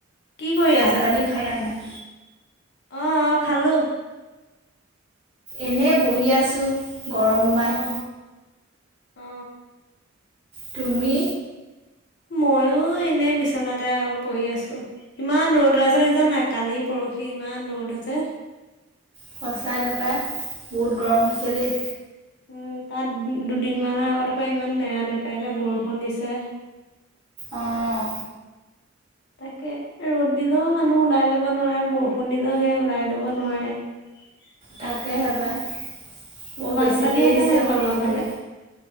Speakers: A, on the left; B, on the right.
A: কি কৰি
B: ভাত
A: আছা?
B: পানী খালা নাই
A: অ অ খালো
B: এনে বহি আছোঁ গৰম মান
A: অ' অ
B: তুমি
A: ময়ো এনে বিচনাতে আৰু পৰি আছো ইমান ৰদ ওলাইছে‌ দেখিছা‌ নাই কালি পৰহি ইমান ৰ'দ আছে
B: সঁচাকে পায় বহুত
A: অ'
B: গৰম হৈছে দেই।
A: উম তাত দুদিনমানৰ আগত আকৌ ইমান নেৰা নেপেৰাকে বৰষুণ দিছে।
B: অঁ
A: তাকে ৰ'দ দিলেও মানুহ ওলাই যাব নোৱাৰে বৰষুণ, দিলেও সেই ওলাই যাব নোৱাৰে। <unintelligible>
B: তাকে হে পাই। বৰ
A: বানপানী
B: বেছিকেই
A: হৈছে
B: দিছে
A: নাই তোমালোকৰ
B: ৰ'দটো
A: ফালে?